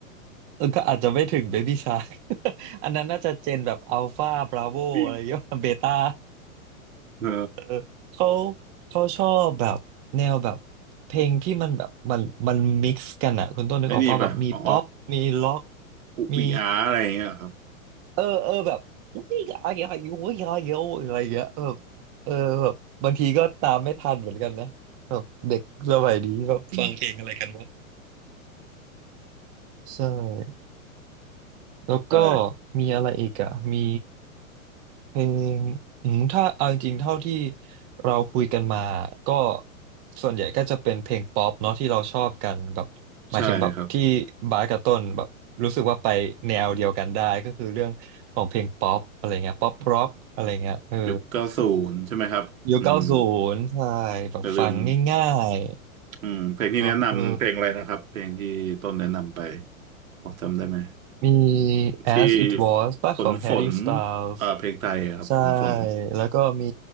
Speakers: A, on the right; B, on the right.
A: เออก็อาจจะไม่ถึงเบบี้ชา <laughs> อันนั้นน่าจะเจนแบบอัลฟาบราโวอะไรเงี้ย
B: อืม
A: <laughs> เบต้า
B: เออ
A: <laughs> เขาเขาชอบแบบแนวแบบเพลงที่มันแบบมันมันมิกซ์กันอะคุณต้นนึกออกป่ะแบบมีป๊อปมีล็อก
B: ไอ้นี่ป่ะอ๋ออุอีอาร์อะไรอย่างเงี้ยครับ
A: มี เออเออแบบอุ๊ยอะไรเงี้ยอายุอยอะไรเยอะอะไรเงี้ยแบบเออแบบบางทีก็ตามไม่ทันเหมือนกันนะแบบเด็กสมัยนี้แบบฟังเพลงอะไรกันวะ
B: อืม
A: ใช่ แล้วก็
B: ใช่
A: มีอะไรอีกอ่ะมีเพลงอืมถ้าเอาจริงๆเท่าที่เราคุยกันมาก็ส่วนใหญ่ก็จะเป็นเพลงป๊อปเนาะที่เราชอบกันแบบหมายถึงแบบที่
B: ใช่ครับ
A: บาสกับต้นแบบรู้สึกว่าไปแนวเดียวกันได้ก็คือเรื่องของเพลงป๊อปอะไรเงี้ยป๊อปร็อกอะไรเงี้ยเออ
B: ยุคเก้าศูนย์ใช่ไหมครับอืม
A: ยุคเก้าศูนย์ใช่แบบฟังง่าย
B: อย่าลืมอืมเพลงที่แนะนำเพลงอะไรนะครับเพลงที่ต้นแนะนำไป
A: ๆเนาะเออ
B: พอจำได้ไหม
A: มี As
B: ที่
A: It Was ป่ะของ
B: ฝนฝน
A: Harry Styles
B: อ่าเพลงไทยอะครับฝนฝน
A: ใช่แล้วก็มี